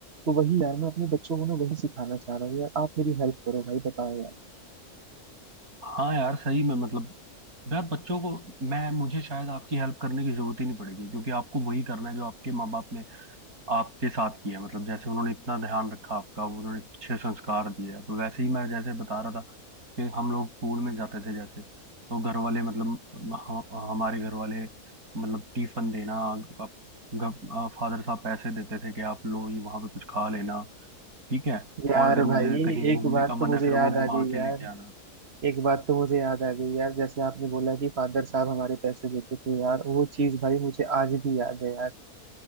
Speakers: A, on the right; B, on the right.
A: तो वही यार मैं अपने बच्चों को ना वही सिखाना चाह रहा हूँ यार आप मेरी हेल्प करो भाई बताओ यार
B: हाँ यार सही में मतलब यार बच्चों को मैं मुझे शायद आपकी हेल्प करने की जरूरत ही नहीं पड़ेगी क्योंकि आपको वही करना है जो आपके माँ बाप ने आपके साथ किया है। मतलब जैसे उन्होंने इतना ध्यान रखा आपका उन्होंने अच्छे संस्कार दिए अब वैसे ही मैं जैसे बता रहा था कि हम लोग स्कूल में जाते थे जैसे तो घर वाले मतलब ह- हमारे घर वाले मतलब टिफिन देना फादर साहब पैसे देते थे कि आप लो ये वहां पे कुछ खा लेना ठीक है
A: यार
B: और अगर मुझे
A: भाई
B: कहीं घूमने
A: एक बात
B: का मन
A: तो मुझे
B: है फिर
A: याद
B: वो घुमा
A: आ गई
B: के
A: यार
B: लेके आना
A: एक बात तो मुझे याद आ गई यार जैसे आपने बोला कि फादर साहब हमारे पैसे देते थे यार वो चीज भाई मुझे आज भी याद है यार